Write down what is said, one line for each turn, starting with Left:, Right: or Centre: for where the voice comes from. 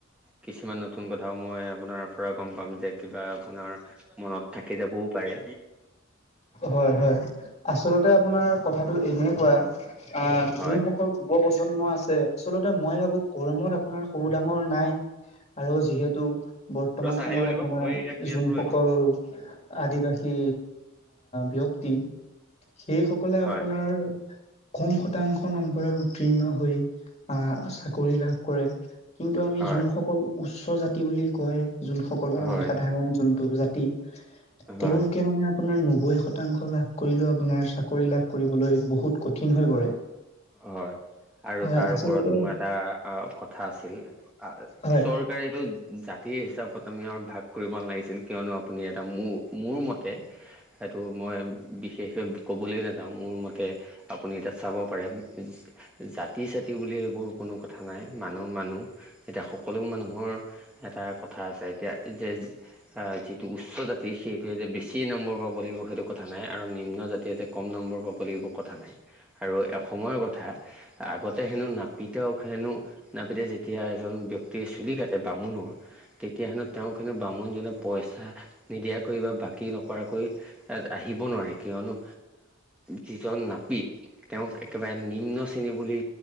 Centre: কিছুমান নতুন কথাও মই আপোনাৰ পৰা গম পাম যে কিবা আপোনাৰ মনত থাকি যাবও উপায়
Left: হয় হয় আচলতে আপোনাৰ কথাটো এনেকুৱা আহ
Centre: হয়।
Left: যোনসকল যুৱ প্ৰজন্ম আছে। আচলতে মই ভাবো কৰ্মত আপোনাৰ সৰু ডাঙৰ নাই। আৰু যিহেতু বৰ্তমান
Centre: ৰ চাই
Left: সময়ত
Centre: আহিব লাগিব
Left: আপোনাৰ
Centre: মই ইয়াক দি
Left: যোনসকল
Centre: আছো ৰ এইকণ।
Left: আদিবাসী আহ ব্যক্তি সেইসকলে
Centre: হয়
Left: আপোনাৰ কম শতাংশ নম্বৰত উত্তীৰ্ণ হৈ আহ চাকৰি লাভ কৰে। কিন্তু আমি
Centre: হয়।
Left: যোনসকল উচ্চ জাতি বুলি কয় যোনসকলৰ
Centre: হয়,
Left: আমি সাধাৰণ যোনটো জাতি। তেওঁলোকে
Centre: হয়,
Left: মানে আপোনাৰ নবৈ শতাংশ লাভ কৰিলেও আপোনাৰ চাকৰি লাভ কৰিবলৈ বহুত কঠিন হৈ পৰে।
Centre: হয় আৰু
Left: হয়
Centre: তাৰ
Left: আচলতে
Centre: ওপৰত মোৰ এটা আ কথা আছিল।
Left: হয়
Centre: চৰকাৰে এইটো জাতি সেই হিচাপত আমি আৰু ভাগ কৰিব নালাগিছিল কিয়নো আপুনি এটা মোৰ মোৰ মতে এইটো মই বিশেষকে ক'বলৈ নাযাও মোৰ মতে আপুনি এতা চাব পাৰে আমি জাতি ছাতি বুলি এইবোৰ কোনো কথা নাই মানুহ মানুহ এতিয়া সকলো মানুহৰ এটা কথা আছে এতিয়া যে যিটো উচ্চ জাতি সেইটোৱে যে বেছি চি নম্বৰ পাব লাগিব সেইটো কথা নাই আৰু নিম্ন জাতিয়ে যে কম নম্বৰ পাব লাগিব কথা নাই আৰু সময়ৰ কথা আগতে হেনো নাপিতক হেনো নাপিতে যেতিয়া এজন ব্যক্তিৰ চুলি লি কাটে বামুণৰ তেতিয়া হেনো তেওঁক হেনো বামুণজনে পইচা নিদিয়াকৈ বা বাকী নকৰাকৈ আহিব নোৱাৰে কিয়নো যিজন নাপিত তেওঁক একেবাৰে নিম্ন শ্ৰেণী বুলি